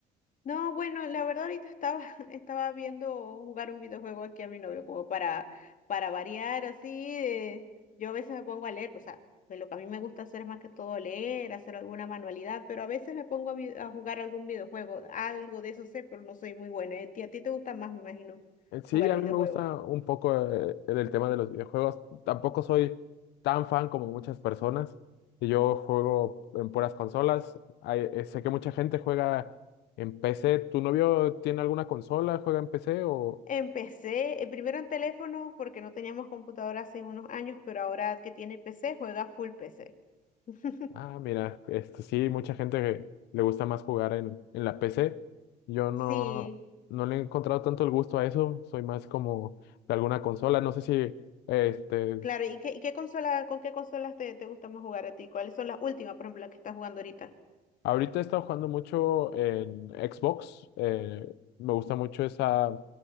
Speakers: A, on the left (about 50°); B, on the left (about 85°).
A: No, bueno, la verdad ahorita estaba, <laughs> estaba viendo jugar un videojuego aquí a mi novio como para, para variar así. eh, yo a veces me pongo a leer, o sea, de lo que a mí me gusta hacer es más que todo leer, hacer alguna manualidad, pero a veces me pongo a, vi- a jugar algún videojuego. Algo de eso sé, pero no soy muy buena. ¿eh? ¿Y ¿A ti te gusta más, me imagino,
B: Eh, Sí,
A: jugar
B: a
A: videojuegos?
B: mí me gusta un poco eh, el tema de los videojuegos. Tampoco soy tan fan como muchas personas. Yo juego en puras consolas. Hay- eh, sé que mucha gente juega en PC. ¿Tu novio tiene alguna consola? ¿Juega en PC o...?
A: Empecé eh, primero en teléfono porque no teníamos computadora hace unos años, pero ahora que tiene PC, juega full PC. <laughs>
B: Ah, mira, este sí, mucha gente que le gusta más jugar en, en la PC. Yo no,
A: Sí,
B: no le he encontrado tanto el gusto a eso. Soy más como de alguna consola. No sé si este
A: claro. ¿Y qué, y qué consola, con qué consolas te, te gusta más jugar a ti? ¿Cuáles son las últimas, por ejemplo, las que estás jugando ahorita?
B: ahorita he estado jugando mucho en Xbox. eh, me gusta mucho esa,